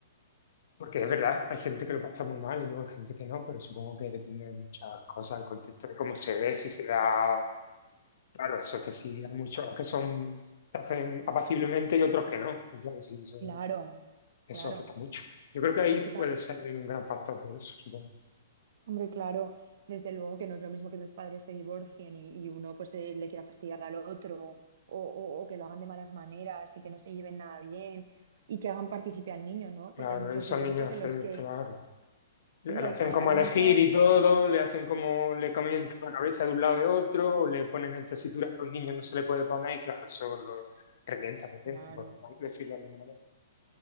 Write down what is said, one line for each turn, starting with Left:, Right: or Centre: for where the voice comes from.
Left: porque es verdad, hay gente que lo pasa muy mal y luego hay gente que no, pero supongo que depende de muchas cosas, el contexto de cómo se ve, si se da, claro, eso es que sí, hay muchos que son, se hacen apaciblemente y otros que no. Y claro, sí, eso
Right: Claro,
Left: Eso
Right: claro.
Left: afecta mucho. Yo creo que ahí
Right: Es que,
Left: puede
Right: ta-
Left: ser un gran factor de eso, supongo.
Right: hombre, claro, desde luego que no es lo mismo que tus padres se divorcien y, y uno pues eh, le quiera fastidiar al otro o, o- o que lo hagan de malas maneras y que no se lleven nada bien y que hagan partícipe al niño, ¿no?
Left: Claro,
Right: Porque hay muchos
Left: esos
Right: divorcios
Left: niños afecta,
Right: en los que
Left: claro.
Right: sí,
Left: Le le
Right: hay,
Left: hacen
Right: hay,
Left: como
Right: hay
Left: elegir
Right: muchas...
Left: y todo, le hacen como le cambian la cabeza de un lado de otro, o le ponen en tesituras que a un niño no se le puede poner, y claro, eso lo revienta por dentro,
Right: Claro.
Left: por decirlo de alguna manera.